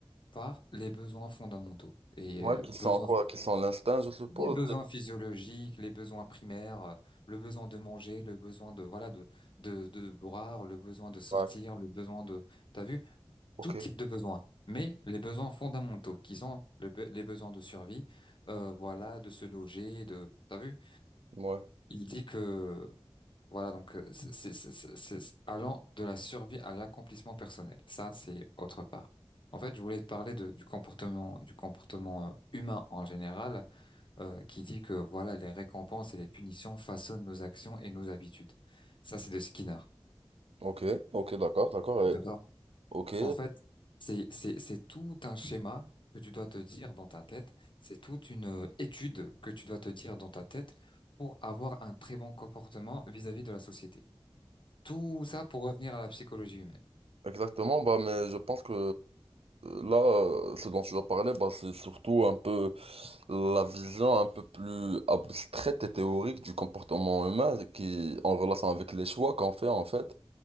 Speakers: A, on the left; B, on the right.
A: par les besoins fondamentaux et
B: Ouais,
A: euh,
B: qui sont
A: besoins,
B: quoi? Qui sont l'instinct, je suppose.
A: les besoins physiologiques, les besoins primaires, euh, le besoin de manger, le besoin de voilà de de de boire, le besoin de sortir,
B: Ouais,
A: le besoin de t'as vu
B: ok,
A: tout type de besoin Mais les besoins fondamentaux qui sont le be- les besoins de survie, euh, voilà de se loger, de t'as vu.
B: ouais,
A: Il dit que voilà, donc euh, c'est c'est- c'est- c'est- c'est allant de la survie à l'accomplissement personnel. Ça, c'est autre part. En fait, je voulais te parler de- du comportement, du comportement euh, humain en général, euh, qui dit que voilà, les récompenses et les punitions façonnent nos actions et nos habitudes. Ça, c'est de Skinner.
B: ok, ok, d'accord, d'accord, ouais.
A: D'accord?
B: ok,
A: En fait, c'est c'est c'est tout un schéma que tu dois te dire dans ta tête. C'est toute une euh, étude que tu dois te dire dans ta tête pour avoir un très bon comportement vis-à-vis de la société. Tout ça pour revenir à la psychologie humaine.
B: exactement. Bah, mais je pense que là, ce dont tu vas parler, bah, c'est surtout un peu la vision un peu plus abstraite et théorique du comportement humain qui, en relation avec les choix qu'on fait, en fait.